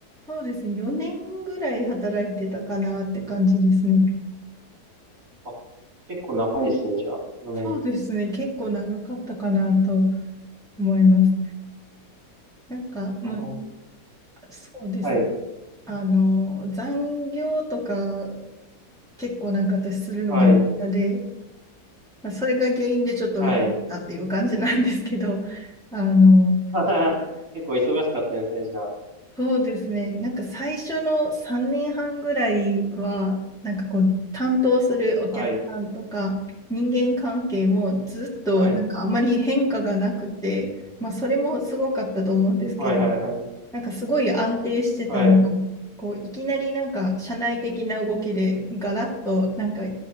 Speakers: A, in the centre; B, on the right.
A: そうですね、4年ぐらい働いてたかなって感じですね。
B: あ、結構長いですね、じゃあ、4年。
A: そうですね、結構長かったかなと思います。なんか、まあ、
B: あー
A: そうですね、
B: はい、
A: あの残業とか結構なんか私するのが嫌で。
B: はい、
A: まあそれが原因でちょっといっっていう感じなんですけど、
B: はい。
A: あの、
B: <laughs> 結構忙しかったですね、じゃあ。
A: そうですね、なんか最初の3年半ぐらいは、なんかこう、担当するお客さんとか、
B: はい。
A: 人間関係もずっとなんかあまり変化がなくて、
B: はい。ね
A: まあ、それもすごかったと思うんですけど、
B: はいはいはい。
A: なんかすごい安定してたのが、
B: はい。
A: こういきなりなんか社内的な動きでガラッとなんか